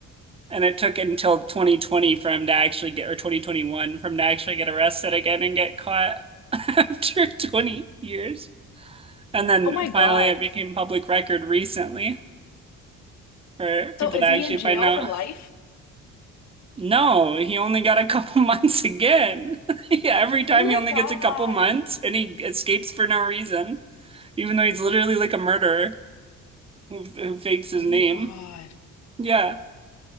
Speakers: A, on the right (about 20°); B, on the left (about 65°).
A: And it took until 2020 for him to actually get, or 2021 for him to actually get arrested again and get caught <laughs> after 20 years. And then
B: Oh my
A: finally,
B: God.
A: it became public record recently for people
B: So is
A: to actually
B: he in jail
A: find out.
B: for life?
A: No, he only got a couple <laughs> months again. <laughs> Yeah, every time
B: Oh my
A: he only
B: God.
A: gets a couple months and he escapes for no reason, even though he's literally like a murderer who, who fakes his
B: Oh
A: name.
B: my God.
A: Yeah,